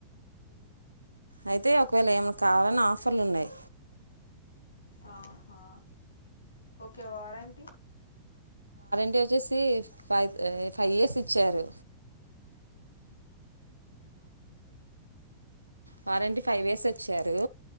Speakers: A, on the left (about 75°); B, on the right (about 80°).
A: ఊ
B: అయితే ఒకవేళ ఏమన్నా కావాలన ఆఫర్లు ఉన్నాయి
A: ఆహా ఓకే వారంటి
B: ఇది వచ్చేసీ ఫై ఫైవ్ ఇయర్స్ ఇచ్చారు
A: ఊ హు
B: వారంటీ ఫైవ్ ఇయర్స్ వచ్చారు